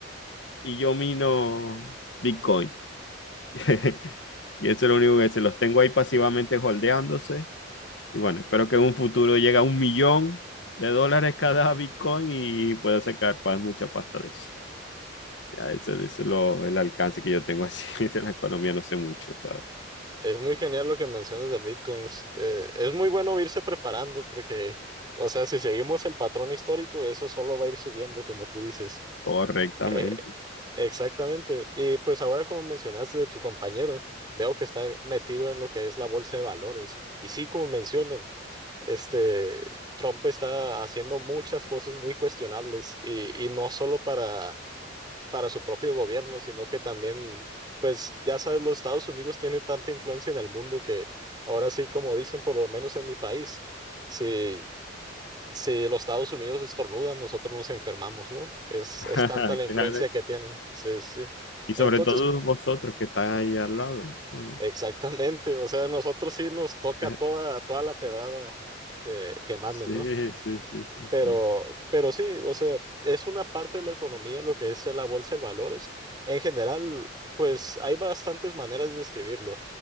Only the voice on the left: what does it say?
y yo mino Bitcoin. <laughs> Y eso es lo único que se los tengo ahí pasivamente holdeándose. Y bueno, espero que en un futuro llegue a un millón de dólares cada <laughs> Bitcoin y pueda sacar pa- mucha pasta de eso. Ya, eso, eso es lo, el alcance que yo tengo así <laughs> de la economía, no sé mucho, ¿sabes?
Correctamente.
<laughs>
Claro.
Y
sobre todo vosotros que están ahí al lado. Vamos.
<laughs>
Sí,
sí, sí, sí,
sí.